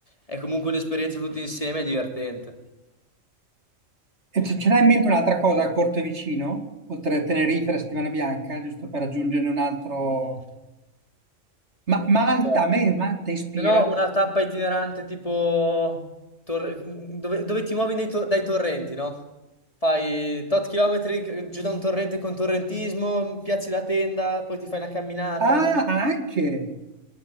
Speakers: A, on the left; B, on the right.
A: è comunque un'esperienza tutti insieme e divertente.
B: E
A: Mm,
B: ce ce l'hai in mente un'altra cosa a corto e vicino, oltre a Tenerife e la Settimana Bianca, giusto per aggiungere un altro...
A: mm, Non
B: Ma
A: lo
B: Malta,
A: so.
B: a me Malta ispira.
A: Se no, una tappa itinerante tipo torre- dove, dove ti muovi nei to- dai torrenti, no? Fai tot chilometri giù da un torrente con torrentismo, piazzi la tenda, poi ti fai una camminata.
B: Ah, anche!